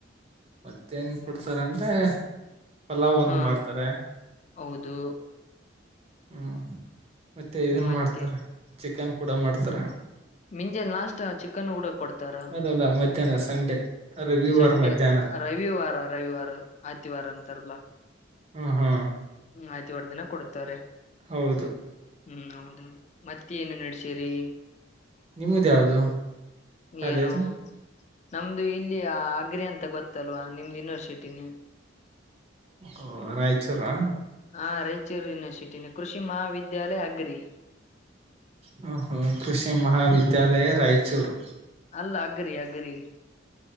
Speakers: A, on the right (about 30°); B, on the left (about 35°).
A: ಮತ್ತೇನ್ ಕೊಡ್ತಾರಂದ್ರೆ. ಪಲಾವ್ ಒಂದ್
B: ಹಾ
A: ಮಾಡ್ತಾರೆ.
B: ಹೌದು
A: ಹ್ಮ್. ಮತ್ತೆ ಇದನ್
B: ಮತ್ತೆ
A: ಮಾಡ್ತರೆ ಚಿಕ್ ಚಿಕ್ಕನ್ ಕೂಡ ಮಾಡ್ತರೆ.
B: ಮಿಂಜೆ ಲಾಸ್ಟ್ ಚಿಕನ್ ಹೂಡ ಕೊಡ್ತಾರ.
A: ಅಲ್ಲಲ್ಲ ಮಧ್ಯಾಹ್ನ ಸಂಡೆ ರವಿವಾರ
B: ಸಂಡೆ
A: ಮಧ್ಯಾಹ್ನ
B: ರವಿವಾರ ರವಿವಾರ ಆತಿವಾರ ಅಂತಾರಲ್ಲಾ.
A: ಹ್ಮ್ ಹ್ಮ್.
B: ಹ್ಮ್ ಆಯ್ತಿವಾರ್ ದಿನ ಕೊಡ್ತಾರೆ.
A: ಹೌದು.
B: ಹ್ಮ್ ಹೌದೌದು ಮತ್ತ್ ಏನ ನಡ್ಶಿರೀ.
A: ನಿಮ್ದ್ ಯಾವ್ದು ಕಾಲೇಜ.
B: ಏನು ನಮ್ದು ಇಲ್ಲಿ ಆಗ್ರಿ ಅಂತ ಗೊತ್ತಲ್ವಾ ನಿಮ್ದ್ ಯೂನಿವರ್ಸಿಟಿನೇ.
A: ಹ ರಾಯಚೂರಾ.
B: ಹಾ ರಾಯಚೂರು ಯೂನಿವರ್ಶಿಟಿನೆ ಕೃಷಿ ಮಹಾವಿದ್ಯಾಲಯ ಅಗ್ರಿ.
A: ಹ ಹ ಕೃಷಿ ಮಹಾವಿದ್ಯಾಲಯ ರಾಯಚೂರು.
B: ಅಲ್ಲ ಅಗ್ರಿ ಅಗ್ರಿ.